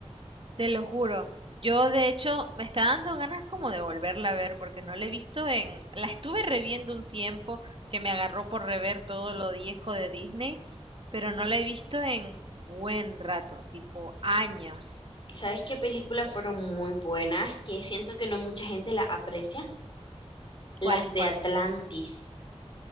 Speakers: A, on the right; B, on the left.
A: Te lo juro. Yo, de hecho, me está dando ganas como de volverla a ver porque no la he visto en... La estuve reviendo un tiempo que me agarró por rever todo lo viejo de Disney, pero no la he visto en buen rato, tipo años.
B: ¿Sabes qué películas fueron muy buenas que siento que no mucha gente la aprecia? Las
A: ¿Cuáles,
B: de
A: cuáles?
B: Atlantis,